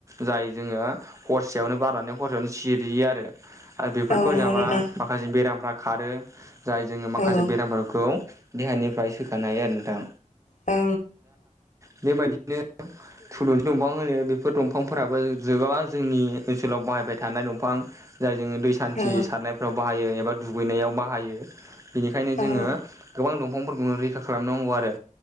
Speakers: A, on the right; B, on the left.
A: जाय जोङो हरसेयावनो बारनानै हरसेयावनो सिरियो आरो। आरो बेफोरखौ
B: औ नंगौ
A: जाबा
B: नोंथां
A: माखासे बेरामफ्रा खारो। जाय जोङो माखासे
B: औ
A: बेरामफोरखौ देहानिफ्राय सोखानो हायो आरो नोंथां।
B: आ
A: बे बायदिनो थुलुंथि दंफां होनो बेफोर दंफांफोराबो जोबाबां जोंनि ओनसोलाव बाहायबाय थानाय दंफां जाय जोङो दै सान्थि
B: औ
A: सारनायफ्राव बाहायो एबा दुगैनायाव बाहायो बेनिखायनो
B: औ
A: जोङो गोबां दंफांफोरखौनो रैखा खालामनांगौ आरो।